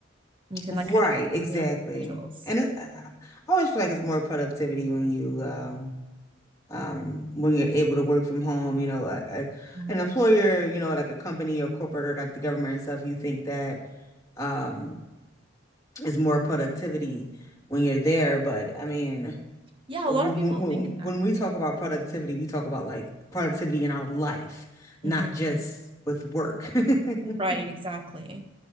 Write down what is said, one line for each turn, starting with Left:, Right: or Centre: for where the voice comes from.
Right: And you can
Left: Right,
Right: like kind of
Left: exactly.
Right: your own schedules.
Left: And it, I always feel like it's more productivity when you um, um, when you're able to work from home. You know, a, a,
Right: Mhm.
Left: an employer, you know, like a company or corporate or like the government and stuff. You think that um, is more productivity when you're there, but I mean.
Right: Yeah,
Left: when
Right: a lot of people
Left: when when
Right: think
Left: when
Right: that.
Left: we talk about productivity, we talk about like productivity in our life, not
Right: hmm
Left: just with work. <laughs>
Right: Right, exactly.